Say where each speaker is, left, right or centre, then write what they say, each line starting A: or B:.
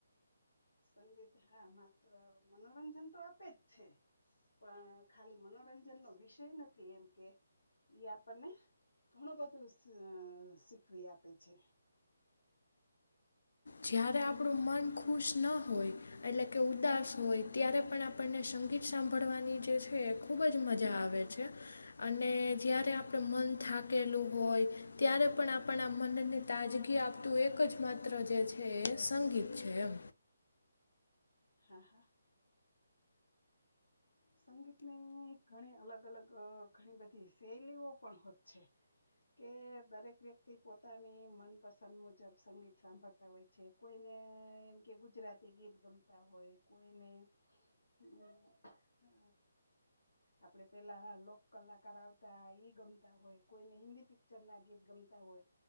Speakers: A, on the left; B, on the left.
A: સંગીત હા માત્ર મનોરંજન તો આપે જ છે પણ ખાલી મનોરંજનનો વિષય નથી એમ કે ઈ આપણને ઘણું બધું શીખવી આપે છે
B: જ્યારે આપડુ મન ખુશ ના હોય એટલે કે ઉદાસ હોય ત્યારે પણ આપણને સ ગીત સાંભળવાની જે છે, એ ખૂબ જ મજા આવે છે અને જ્યારે આપણે મન થાકેલું હોય ત્યારે પણ આપણે મનની તાજગી આપતું એક જ માત્ર જે છે હે સંગીત છે એમ
A: હા હા સંગીતની ઘણી અલગ અલગ ઘણી બધી શૈલીઓ પણ હોત છે કે દરેક વ્યક્તિ પોતાની મનપસંદ મુજબ સંગીત સાંભળતા હોય છે કોઈને એમ કે ગુજરાતી ગીત ગમતા હોય કોઈને હમ અ આપડે પેલા લોક કલાકાર આવતા ઈ ગમતા હોય કોઈને હિન્દી પિક્ચર ના ગીત ગમ તા હોય